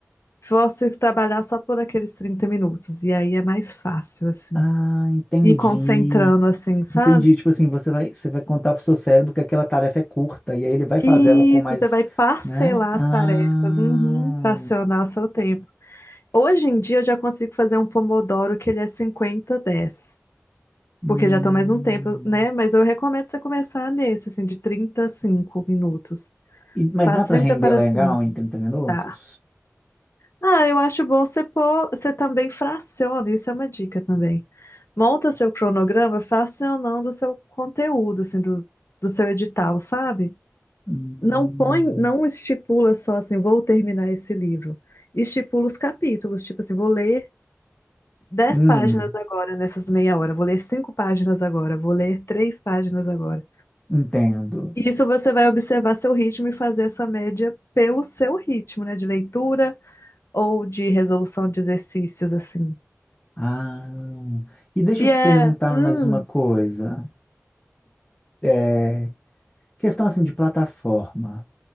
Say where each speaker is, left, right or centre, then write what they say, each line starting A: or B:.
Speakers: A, on the left; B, on the left.
A: fosse trabalhar só por aqueles 30 minutos, e aí é mais fácil, assim.
B: Ah, entendi.
A: E concentrando, assim, sabe?
B: Entendi. Tipo assim, você vai, você vai contar pro seu cérebro que aquela tarefa é curta, e aí ele vai
A: Isso,
B: fazer ela com mais,
A: você vai parcelar
B: né? Ah,
A: as tarefas, uhum, fracionar o seu tempo. Hoje em dia eu já consigo fazer um Pomodoro que ele é cinquenta dez,
B: hum.
A: porque já tô mais um tempo, né? Mas eu recomendo você começar nesse, assim, de trinta a cinco minutos.
B: E-
A: Faz
B: mas dá para
A: 30
B: render
A: para
B: legal
A: 5,
B: em trinta minutos?
A: tá? Ah, eu acho bom você pôr, você também fraciona, isso é uma dica também. Monta seu cronograma fracionando o seu conteúdo, assim, do, do seu edital, sabe?
B: Hum,
A: Não põe, não estipula só assim, vou terminar esse livro. Estipula os capítulos, tipo assim, vou ler dez
B: hum,
A: páginas agora nessas meia hora, vou ler cinco páginas agora, vou ler três páginas agora.
B: entendo.
A: E Isso você vai observar seu ritmo e fazer essa média pelo seu ritmo, né? De leitura ou de resolução de exercícios, assim.
B: Ah, e deixa
A: E
B: eu te
A: é.
B: perguntar
A: Hum,
B: mais uma coisa. É, questão assim de plataforma.